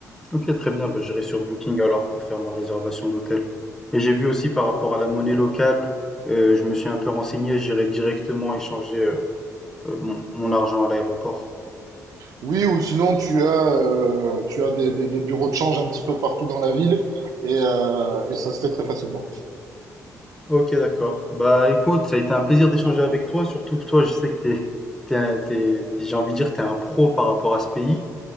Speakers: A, in the centre; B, on the right.
A: OK, très bien, bah, j'irai sur Booking alors pour faire ma réservation d'hôtel. Et j'ai vu aussi par rapport à la monnaie locale, heu, je me suis un peu renseigné, j'irai directement échanger, heu heu, mon mon argent à l'aéroport.
B: Oui, ou sinon tu as, euh, tu as des, des, des bureaux de change un petit peu partout dans la ville et, euh, et ça se fait très facilement.
A: Ok, d'accord. Bah écoute, ça a été un plaisir d'échanger avec toi, surtout que toi, je sais que t'es, t'es, un- t'es- t'es- j'ai envie de dire, t'es un pro par rapport à ce pays.